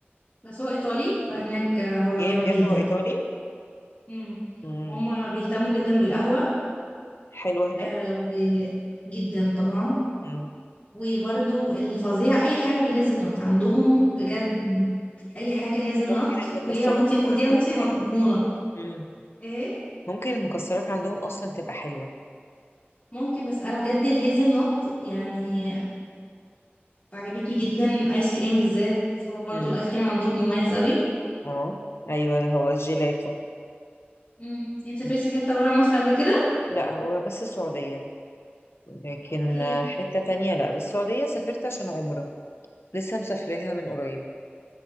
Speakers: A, on the left; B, on the left.
A: بس هو إيطالي فهناك آه، هو
B: يا
A: جامد
B: بجد
A: جدا
B: وإيطالي
A: امم
B: مم.
A: وهم بيهتموا جدا بالقهوة
B: حلوة هناك
A: آه، وجدا طبعا
B: مم.
A: وبرضو اللي فظيع أي حاجة بالهيزل نوت عندهم بجد أي حاجة هيزل
B: ممكن
A: نوت
B: المكسرات
A: كليها وانتي
B: تبقى
A: وخديها
B: عندهم
A: وانتي مضمونة
B: حلوة مم.
A: ايه
B: ممكن المكسرات عندهم أصلا تبقى حلوة
A: ممكن بس أنا بجد الهيزل نوت يعني عجبتني جدا ايس كريم بالذات هو برضو
B: مم.
A: الايس كريم عندهم مميز قوي
B: اه أيوة هو الجيلاتو
A: امم انت سافرتي
B: مم.
A: في حته بره مصر قبل كده
B: لا هو بس السعودية لكن
A: اوكي
B: آه، حتة تانية لا بس السعودية سافرت عشان عمرة لسه مسافراها من قريب